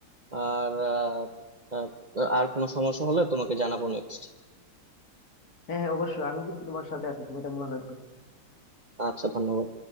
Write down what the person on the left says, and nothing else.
হ্যাঁ হ্যাঁ অবশ্যই আমি কিন্তু তোমার সাথে আছি তুমি এটা মনে রাখবে